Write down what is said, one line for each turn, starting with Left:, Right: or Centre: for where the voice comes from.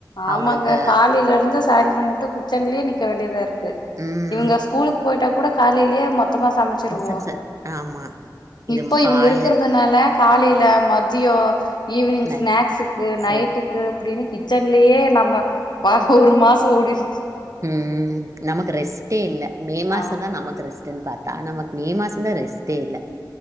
Left: ஆமாங்க
Right: அவங்களுக்கு
Left: காலேயில இருந்து சாயந்தரோ முட்டு கிச்சன்லயே நிக்க வேண்டியதா இருக்கு
Right: ம்
Left: இவங்க ஸ்கூலுக்கு போயிட்டா கூட காலேலியே மொத் த்தமா சமைச்சிருவோ
Right: ரிசப்ஷன் ஆமா இது
Left: இப்போ
Right: ம
Left: இவங்க
Right: காலையில
Left: இருக்கிறதுனால காலேய்ல மதியோ ஈவினிங்
Right: நை
Left: ஸ்நாக்ஸுக்கு
Right: சேர்
Left: நைட்டுக்கு அப்பிடீனு கிச்சன்லயே நம்ம வா ஒரு மாசோ ஓடிர்ச்சு
Right: உம் நமக்கு ரெஸ்டே இல்ல மே மாசு
Left: ஆமாங்க
Right: தா நமக்கு ரெஸ்டுன் பாத் ஆ நமக்கு மே மாசந் தா ரெஸ்ட்டே இல்ல